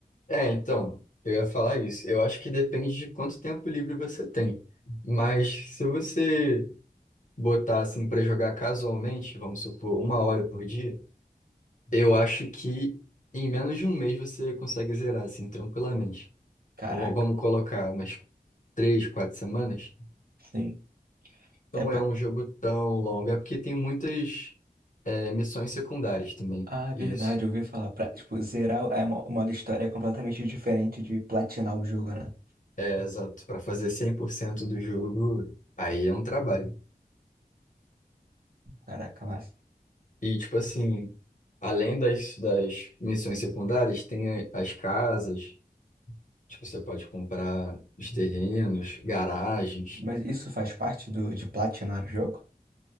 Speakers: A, on the left (about 55°); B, on the right (about 75°).
A: É, então, eu ia falar isso. Eu acho que depende de quanto tempo livre você tem. Mas se você botar assim para jogar casualmente, vamos supor, uma hora por dia, eu acho que em menos de um mês você consegue zerar assim tranquilamente.
B: Caraca,
A: Ou Vamos colocar umas três, quatro semanas.
B: sim.
A: Não
B: É pra...
A: é um jogo tão longo, é porque tem muitas é, missões secundárias também.
B: Ah, é
A: Isso.
B: verdade, eu ouvi falar. Pra, tipo, zerar é uma, uma história é completamente diferente de platinar o jogo, né?
A: É, exato. Pra fazer 100% do jogo, aí é um trabalho.
B: Caraca, massa.
A: E, tipo assim, além das, das missões secundárias, tem a- as casas, tipo, você pode comprar os terrenos, garagens.
B: Mas isso faz parte do, de platinar o jogo?